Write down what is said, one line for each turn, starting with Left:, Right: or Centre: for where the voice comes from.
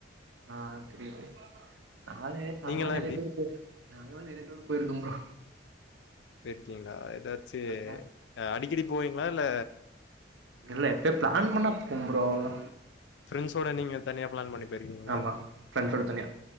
Right: ஆ தெரியு தெரியு நானு நாங்கல்லா
Left: நீங்கல்லா
Right: நறைய
Left: எப்டி
Right: டூரு <unintelligible> நாங்கல்லா நறைய டூரு போய்ருக்கம் ப்ரோ.
Left: போய்ர்க்கீங்ளா எதாச்சு
Right: அதெல்லா
Left: அடிக்கடி போவீங்களா இல்ல
Right: இல்ல எப்யா பிளான் பண்ணா போவ்ம் ப்ரோ அவ்ள்தா.
Left: ஃப்ரெண்ஸோட நீங்க தனியா பிளான் பண்ணி போயிர்க்கீங்ளா?
Right: ஆமா ஃப்ரெண்ட்ஸோட தனியா